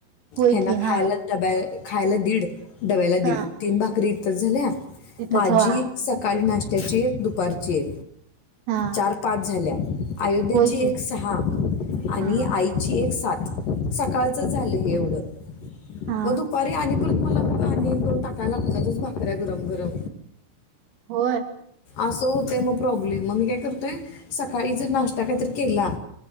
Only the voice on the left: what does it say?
हेना
खायला
डब्या- खायला दीड- डब्याला
दीड, तीन भाकरी- आताच झाल्या-
माझी
सकाळी नाश- ट्याची, दुपारची-
चार पाच झाल्या. आयोध्याची
एक सहा, आणि
आई- एक सात. सकाळचंच झालंय हे एवढं-
म दुपारी आणि‌ परत- मला पन आणि एक दोन टाकायला लागत्यातच भाकऱ्या गरम गरम.
अस होतय मग प्रॉब्लेम. मग मी काय करतोय सकाळी जर नास्टा कायतर केला-